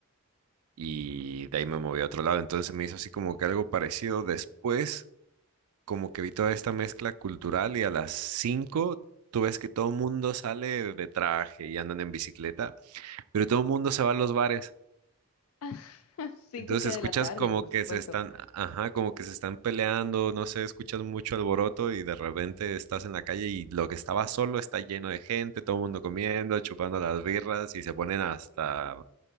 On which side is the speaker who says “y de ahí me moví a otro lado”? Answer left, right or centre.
Right